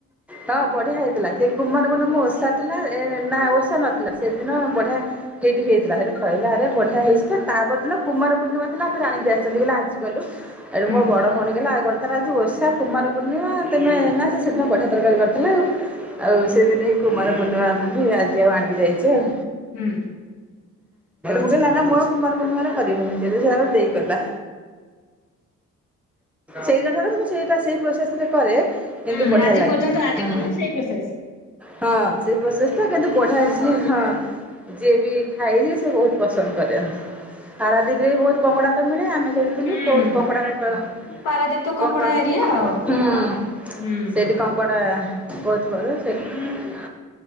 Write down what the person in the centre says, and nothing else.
ହଁ ବଢ଼ିଆ ହେଇଥିଲା ସେ କୁମାର ପୂଣ୍ଣମି ଓଷା ଥିଲା ଏ ନା ଓଷା ନଥିଲା ସେଦିନ ବଢ଼ିଆ ସେଇଠି ହେଇଥିଲା ହେଠୁ କହିଲା ଆରେ ବଢିଆ ହେଇଚିତ ତାପରଦିନ କୁମାର ପୂର୍ଣିମା ଥିଲା ସେ ଆଣିକି ଆସିଛନ୍ତି କହିଲେ ଆଜି କଲୁ। ଏଠୁ
ମୋ ବଡ ଭଉଣି କହିଲା ଆଉ କଣ ତାର ଆଜି ଓଷା କୁମାର ପୂର୍ଣ୍ଣିମା ତେମେ ନା ସେ ସେଦିନ ବଢ଼ିଆ ତରକାରୀ କରିଥିଲେ ଆଉ ସେଦିନେ କୁମାର ପୂର୍ଣ୍ଣିମା ବୋଲି ଆଜିଆଉ ଆଣିକି ଯାଇଛି ଆଉ।
ମୁଝେ ନା ନା ମୁଁ ଆଉ କୁମାର ପୁର୍ଣିମାରେ କରିବିନି ଯଦିସେମାନେ ଦେଇ ପାରବା। ସେଇଦିନ ଠାରୁ ମୁଁ ସେଇଟା ସେଇ ପ୍ରୋସେସ ରେ କରେ, କିନ୍ତୁ
ବଢିଆ
ଲାଗେ
ହଁ।
ହଁ ସେଇ ପ୍ରୋସେସ ଟା କିନ୍ତୁ ବଢିଆ ହେଇଛିହଁ ଯିଏ ବି ଖାଇଯେ ସିଏ ବହୁତ ପସନ୍ଦ କରେ ହାରା ଦିପରେ ବି ବହୁତ କଙ୍ଗଡ଼ା ତ ମିଳେ ଆମେ ଖେଳିଥିଲୁ
କୋଉଠୁ କଙ୍କଡା ବେପାର
କଣ କଣ
ହୁଁ
ସେଠି କଙ୍କଡ଼ା ବହୁତ ବଡ଼ ସେଠିତି <unintelligible>